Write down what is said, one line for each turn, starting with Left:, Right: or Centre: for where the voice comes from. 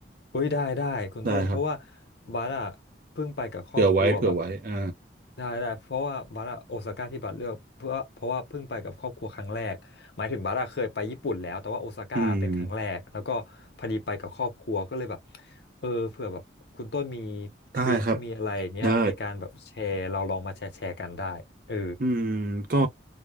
Left: อุ้ยได้ได้คุณต้นเพราะว่า
Right: ได้ครับ
Left: บัสอะเพิ่งไปกับครอบครัวแบบ
Right: เผื่อไว้เผื่อไว้อ่า
Left: ได้ได้เพราะว่าบัสอะโอซาก้าที่บัสเลือกเพื่อเพราะว่าเพิ่งไปกับครอบครัวครั้งแรกหมายถึงบัสอะเคยไปญี่ปุ่นแล้วแต่ว่าโอซาก้าเป็นครั้งแรกแล้วก็พอดีไปกับครอบครัวก็เลยแบบ
Right: อืม
Left: เออเผื่อแบบคุณต้นมี
Right: ได้ครับ
Left: ทริคมีอะไรอย่างเงี้ยในการแบบแชร์เราลองมาแชร์แชร์กันได้เออ
Right: ได้ อืม ก็